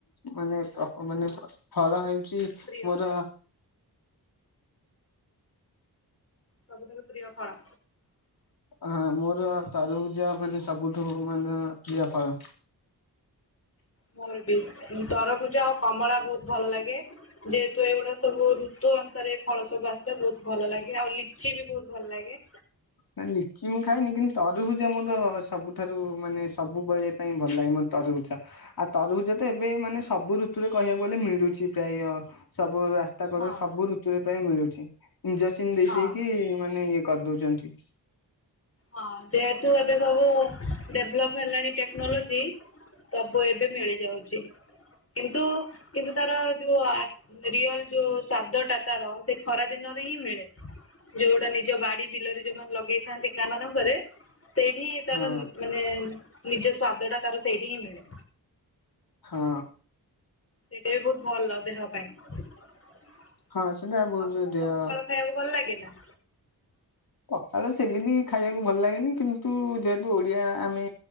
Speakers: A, on the left; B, on the left.
A: ମାନେ ମାନେ ଫଳ ହେଉଚି
B: ପ୍ରିୟ
A: ମୋର
B: ସବୁଠାରୁ ପ୍ରିୟ ଫଳ?
A: ହଁ ମୋର ତରଭୂଜ ମାନେ ସବୁଠୁ ମାନେ ପ୍ରିୟ ଫଳ।
B: ମୋର ବି ତରଭୂଜ ଆଉ କମଳା ବହୁତ ଭଲ ଲାଗେ। ଯେହେତୁ ଏଗୁଡା ସବୁ ଋତୁ ଅନୁସାରେ ଫଳ ସବୁ ଆସେ ବହୁତ ଭଲ ଲାଗେ ଆଉ ଲିଚି ବି ବହୁତ ଭଲ ଲାଗେ।
A: ନା ଲିଚି ମୁଁ ଖାଏନି କିନ୍ତୁ ତରୁଭୂଜ ମୋର ସବୁଠାରୁ ମାନେ ସବୁବେଳେ ପାଇଁ ଭଲ ଲାଗେ ମତେ ତରଭୂଜ। ଆଉ ତରଭୂଜ ତ ଏବେ ମାନେ ସବୁ ଋତୁରେ କହିବାକୁ ଗଲେ ମିଳୁଚି ପ୍ରାୟ ସବୁ ରା ରାସ୍ତା କଡରେ
B: ହଁ
A: ସବୁ ଋତୁରେ ପାଇଁ ମିଳୁଚି, ଇଞ୍ଜେକ୍ସିନ ଦେଇ
B: ହଁ
A: ଦେଇକି ମାନେ ଇଏ କରିଦଉଚନ୍ତି।
B: ହଁ ଯେହେତୁ ଏବେ ସବୁ ଡେଭଲପ ହେଲାଣି ଟେକ୍ନୋଲୋଜି ସବୁ ଏବେ ମିଳିଯାଉଚି। କିନ୍ତୁ କିନ୍ତୁ ତାର ଏ ଯୋଉ ଆ ରିଅଲ ଯୋଉ ସ୍ଵାଦ ଟା ତାର ସେ ଖରା ଦିନରେ ହିଁ ମିଳେ। ଯୋଉ ଗୁଡା ନିଜ ବାଡି ବିଲରେ ଯୋଉମାନେ ଲଗେଇଥାନ୍ତି। ଗାଁ ମାନଙ୍କରେ ସେଇଠି ହିଁ ତାର
A: ହଁ
B: ମାନେ ନିଜ ସ୍ଵାଦ ଟା ତାର ସେଇଠି ହିଁ ମିଳେ।
A: ହଁ।
B: ସେଇଟା ବି ବହୁତ ଭଲ ଦେହ ପାଇଁ। ଆଉ ତମକୁ
A: ହଁ ସେଟା ବହୁତ ଦେହ
B: ପଖାଳ ଖାଇବାକୁ ଭଲ ଲାଗେ ନା?
A: ପଖାଳ ସେମିତି ଖାଇବାକୁ ଭଲ ଲାଗେନି କିନ୍ତୁ ଯେହେତୁ ଓଡିଆ ଆମେ